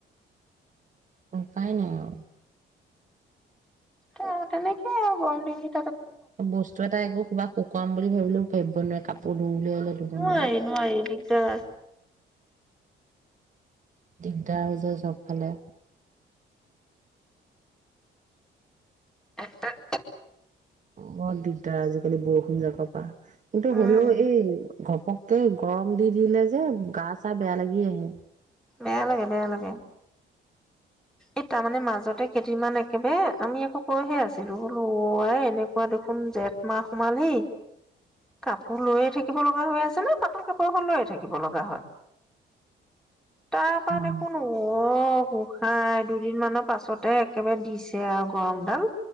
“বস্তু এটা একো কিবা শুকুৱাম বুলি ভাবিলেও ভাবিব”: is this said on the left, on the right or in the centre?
Right